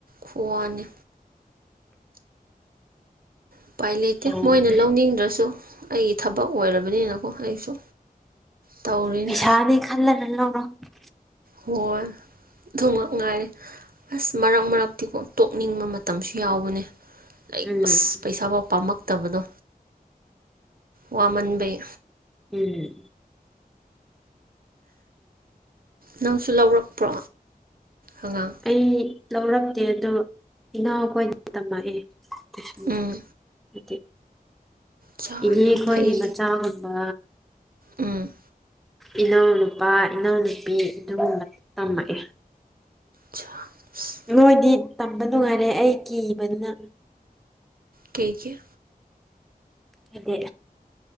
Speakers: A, on the right (about 70°); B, in the centre.
A: ꯈꯨꯋꯥꯅꯤ ꯎꯄꯥꯏ ꯂꯩꯇꯦ
B: ꯇꯧꯕꯅꯦ
A: ꯃꯣꯏꯅ ꯂꯧꯅꯤꯡꯗ꯭ꯔꯁꯨ ꯑꯩꯒꯤ ꯊꯕꯛ ꯑꯣꯏꯔꯕꯅꯤꯅꯀꯣ ꯑꯩꯁꯨ ꯇꯧꯔꯤꯅꯦ
B: ꯄꯩꯁꯥꯅꯦ <inaudible>
A: ꯍꯣꯏ ꯑꯗꯨꯃꯛ ꯉꯥꯏꯔꯦ ꯑꯁ ꯃꯔꯛ ꯃꯔꯛꯇꯤꯀꯣ ꯇꯣꯛꯅꯤꯡꯕ ꯃꯇꯝꯁꯨ ꯌꯥꯎꯕꯅꯤ ꯂꯥꯏꯛ
B: ꯎꯝ
A: ꯑꯁ ꯄꯩꯁꯥ ꯐꯥꯎ ꯄꯥꯝꯃꯛꯇꯕꯗꯨ ꯋꯥꯃꯟꯕꯩ
B: ꯎꯝ
A: ꯅꯪꯁꯨ ꯂꯧꯔꯛꯄ꯭ꯔꯣ ꯑꯉꯥꯡ
B: ꯑꯩ ꯂꯧꯔꯛꯇꯦ ꯑꯗꯨ ꯏꯅꯥꯎꯈꯣꯏꯅ ꯇꯝꯃꯛꯑꯦ ꯇꯨꯏꯁꯟ
A: ꯎꯝ
B: ꯍꯥꯏ
A: ꯆꯥ
B: ꯏꯅꯦꯈꯣꯏꯒꯤ
A: ꯌꯥꯝ ꯐꯩ
B: ꯃꯆꯥꯒꯨꯝꯕ
A: ꯎꯝ
B: ꯏꯅꯥꯎꯅꯨꯄꯥ ꯏꯅꯥꯎꯅꯨꯄꯤ ꯑꯗꯨꯒꯨꯝꯕ ꯇꯝꯃꯛꯑꯦ
A: ꯆꯥ ꯑꯁ
B: ꯅꯣꯏꯗꯤ ꯇꯝꯕ ꯅꯨꯡꯉꯥꯏꯔꯦ ꯑꯩ ꯀꯤꯕꯅꯤꯅ
A: ꯀꯩꯒꯤ
B: ꯍꯥꯏꯗꯤ